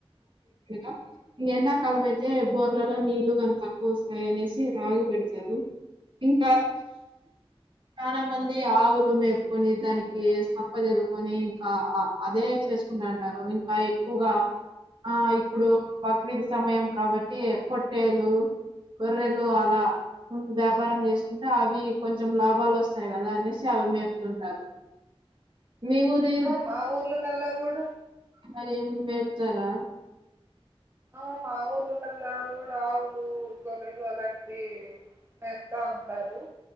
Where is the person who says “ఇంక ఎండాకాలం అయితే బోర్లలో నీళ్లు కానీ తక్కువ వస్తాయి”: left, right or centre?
Right